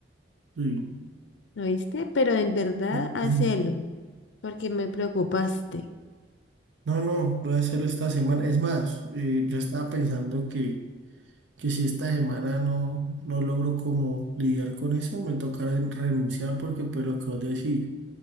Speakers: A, on the right (about 75°); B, on the left (about 80°).
A: Sí.
B: ¿No viste? Pero en verdad,
A: <clears throat>
B: hacelo, porque me preocupaste.
A: No, no, voy a hacerlo esta semana. Es más, eh, yo estaba pensando que que si esta semana no, no logro como lidiar con eso, me tocará en- renunciar porque pues lo que vos decís,